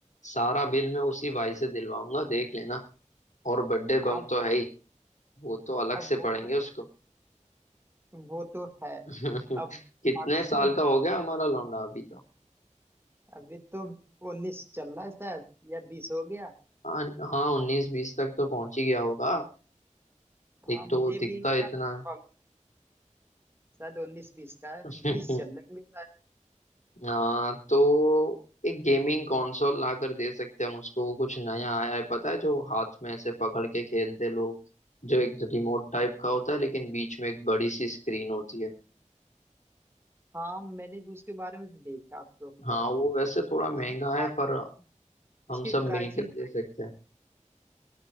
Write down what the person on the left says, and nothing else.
सारा बिल मैं उसी भाई से दिलवाऊंगा देख लेना और बर्थडे बम
तो है ही वो तो अलग
से
पढ़ेंगे उसको
<laughs>
कितने
साल
का हो गया हमारा लौंडा अभी तो
हाँ हाँ उन्नीस बीस तक तो पहुंच ही गया होगा
एक
तो वो दिखता
इतना
है
<laughs>
हाँ तो एक गेमिंग कंसोल ला कर दे सकते हैं हम उसको वो कुछ नया आया है पता है जो हाथ में ऐसे पकड़ के खेलते लोग जो एक रिमोट टाइप का होता है लेकिन बीच में एक बड़ी सी स्क्रीन होती है
हाँ
वो वैसे थोड़ा
महंगा
है पर
हम सब
मिलकर दे सकते हैं